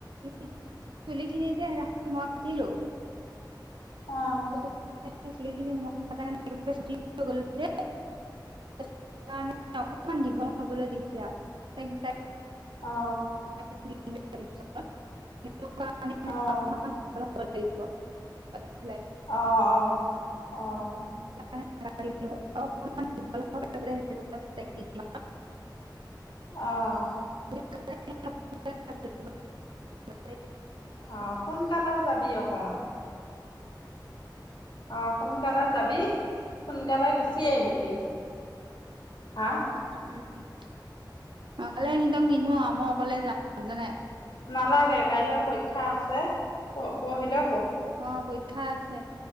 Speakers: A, on the right; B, on the left.
A: চুলি খিনি যে, সেইদিনাখন মই কাতিলো <inaudible>
B: অ
A: চুলিখিনি <unintelligible> <unintelligible> গল যে <unintelligible> অকনমান দীঘল হবলৈ দিছে আৰু তাইক
B: অ,
A: <unintelligible> <unintelligible>
B: অ অ
A: <inaudible>
B: অ' অ' অ'
A: <inaudible>
B: আহ!
A: <inaudible>
B: অ সোনকালে যাবি অকন! অ সোনকালে <inaudible> সোনকালে গুচি আহিবি। হা?
A: উম উম। অ কালে সিহঁতক নিনু মই অকলে যাম জানে।
B: নালাগে কাইলৈ পৰীক্ষা আছে পঢ়িলেও
A: অ পৰীক্ষা আছে